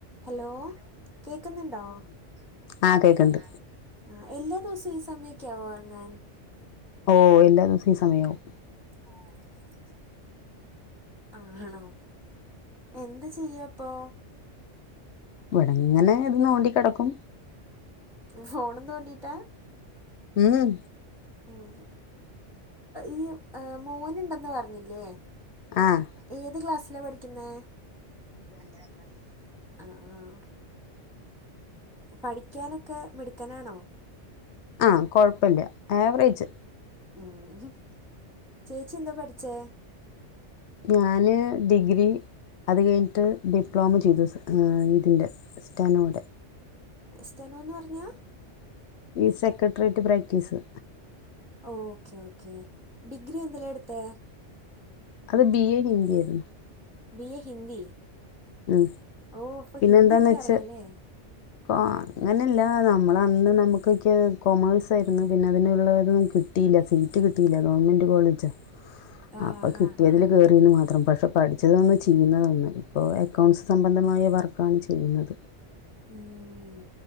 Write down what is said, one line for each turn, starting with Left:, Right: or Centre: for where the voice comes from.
Centre: Hello hello കേക്ക്ന്ന്ണ്ടോ? ഉം
Left: ആ കേക്ക്ണ്ട്
Centre: ആഹ് കേക്ക്ണ്ട്. ആഹ് എല്ലാ ദിവസവും ഈ സമയൊക്കാവോ ഒറങ്ങാൻ?
Left: ഓ എല്ലാ ദിവസവും ഈ സമയാവും.
Centre: ഓ എല്ലാദിവസവും ഈ സമയാവും. ആഹ് ആണോ എന്ത് ചെയ്യപ്പൊ?
Left: ഇവ്ടെങ്ങനെ ഇത് നോണ്ടി കെടക്കും.
Centre: ഫോണും തൊണ്ടിട്ടാ?
Left: ഉം
Centre: ഉം ഈ മോന്ണ്ടന്ന് പറഞ്ഞില്ലേ?
Left: ആഹ്
Centre: ഏത് ക്ലാസിലാ പഠിക്ക്ന്നെ? അഞ്ചാം ക്ലാസ്സി. ആഹ് ആഹ്. പഠിക്കാനൊക്കെ മിട്‌ക്കനാണോ?
Left: ആ. കൊഴപ്പല്ല ആവറേജ്.
Centre: ഉംഹ്. ചേച്ചി എന്താ പഠിച്ചേ?
Left: ഞാന് ഡിഗ്രി. അത് കഴ്ഞ്ട്ട് ഡിപ്ലോമ ചെയ്തു ഈ ഇതിന്റെ <unintelligible> സ്റ്റനോട്.
Centre: എസ്തനോ എന്ന് പറഞാ?
Left: ഈ secretariat practice.
Centre: Okay okay. Degree എന്തിലാ എടുത്തേ?
Left: അത് ബി എ ഹിന്ദി ആര്ന്നു.
Centre: B A Hindi.
Left: ഉം.
Centre: ഓ അപ്പോൾ
Left: പിന്നെന്താന്ന്
Centre: ഹിന്ദിയൊക്കെ
Left: വെച്ചാ
Centre: അറിയാലേ
Left: അപ്പോ അങ്ങനല്ല നമ്മളന്ന് നമുക്കൊക്കെ കോമേഴ്സ് ആയിരുന്നു. പിന്നെ അതിനുള്ളഒരു കി സീറ്റ് കിട്ടില്ല ഗവൺമെന്റ് കോളേജ്
Centre: ആ
Left: അപ്പം
Centre: ഹാ
Left: കിട്ടിയതിൽ
Centre: ഹാ
Left: കയറി. <unintelligible> ന്ന് മാത്രം. പക്ഷെ പഠിച്ചതൊന്ന് ചെയ്യുന്നതൊന്ന്. ഇപ്പോൾ അക്കൗണ്ട്സ് സംബന്ധമായ വർക്കാണ് ചെയ്യുന്നത്.
Centre: ഉം.